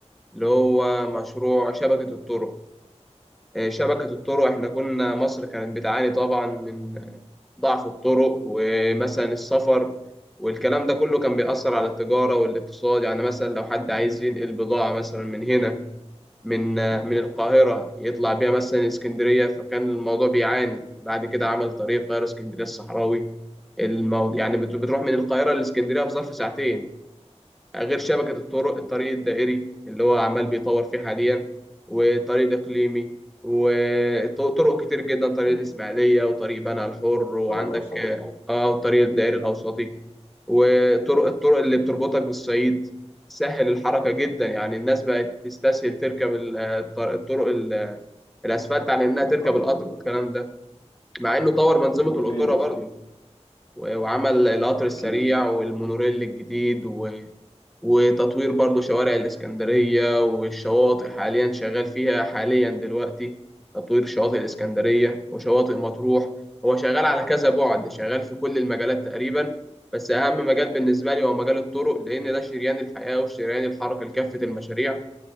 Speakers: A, in the centre; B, on the left.
A: اللي هو مشروع شبكة الطرق آه، شبكة الطرق احنا كنا مصر كانت بتعاني طبعا من ضعف الطرق ومثلا السفر والكلام ده كله كان بيأثر على التجارة والاقتصاد يعني مثلا لو حد عايز ينقل بضاعة مثلا من هنا من من القاهرة يطلع بيها مثلا اسكندرية فكان الموضوع بيعاني بعد كده عمل طريق القاهرة اسكندرية الصحراوي المو... يعني بت- بتروح من القاهرة لاسكندرية في ظرف ساعتين غير شبكة الطرق
B: مظبوط
A: الطريق الدائري اللي هو عمال بيطور فيه حاليا وطريق إقليمي وطرق كتير جدا طريق
B: والله
A: الإسماعيلية وطريق بنها الحر وعندك
B: الطريق الاوسطي
A: اه وطريق الدائري الأوسطي وطرق الطرق
B: مظبوط
A: اللي بتربطك بالصعيد سهل الحركة جدا يعني الناس بقت تستسهل تركب ال- الطر- الطرق ال- الأسفلت عن إنها
B: الطريق
A: تركب القطر
B: ال-
A: والكلام ده مع إنه طور منظومة
B: مظبوط
A: القطورة
B: فيه ال-
A: برضه و- وعمل القطر السريع
B: اكيد
A: والمونوريل الجديد و... وتطوير برضو شوارع الإسكندرية والشواطئ حاليا شغال فيها حاليا دلوقتي تطوير شواطئ الإسكندرية وشواطئ مطروح هو شغال على كذا بعد شغال في كل المجالات تقريبا بس أهم مجال بالنسبة لي هو مجال الطرق لأن ده شريان الحياة وشريان الحركة لكافة المشاريع